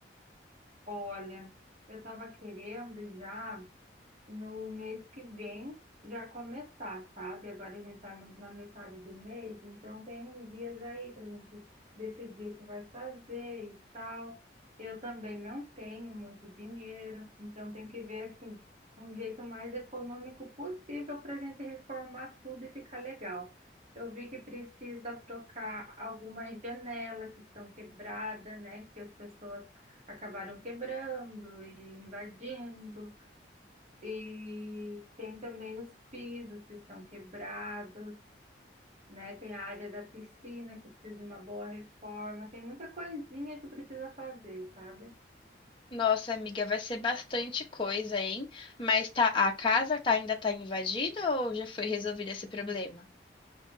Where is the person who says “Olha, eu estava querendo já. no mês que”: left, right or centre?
Right